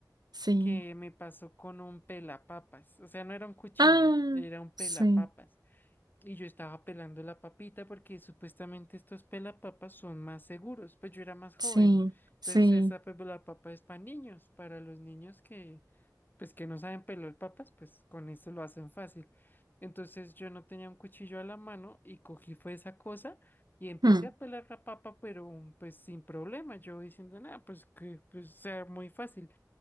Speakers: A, on the right; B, on the left.
A: Sí.
B: que me pasó con un pelapapas, o sea, no era un cuchillo,
A: Ah,
B: era un pelapapas.
A: sí.
B: Y yo estaba pelando la papita porque supuestamente estos pelapapas son más seguros. Pues yo era más joven.
A: Sí,
B: Entonces
A: sí.
B: esa pelapapa es para niños, para los niños que pues que no saben pelar papas, pues con eso lo hacen fácil. Entonces yo no tenía un cuchillo a la mano y cogí fue esa cosa y empecé
A: Mm,
B: a pelar la papa, pero pues sin problema. Yo diciendo, nada, pues que pues sea muy fácil.